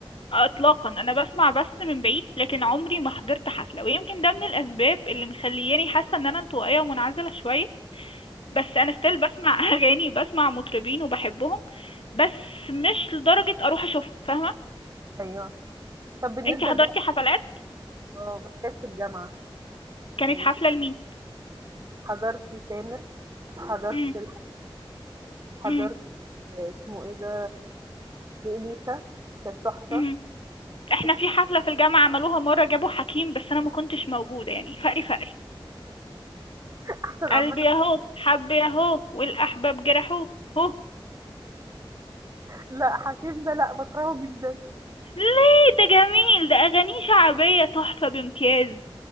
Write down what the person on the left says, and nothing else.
اطلاقا انا بسمع بس من بعيد لكن عمري ما حضرت حفله ويمكن ده من الاسباب اللي مخلياني حاسه ان انا انطوائيه ومنعزله شويه بس انا ستيل بسمع <laughs> اغاني بسمع مطربين وبحبهم بس مش لدرجة اروح اشوفهم فاهمة
انتي حضرتي
حفلات
كانت
حفلة لمين
مم،
مم،
مم. احنا
في حفلة في الجامعة عملوها مرة جابوا حكيم بس انا ما كنتش موجودة يعني فقري فقري
قلبي
اهو حبي اهو والاحباب جرحوه هو
ليه ده جميل ده اغانيه شعبية تحفة بامتياز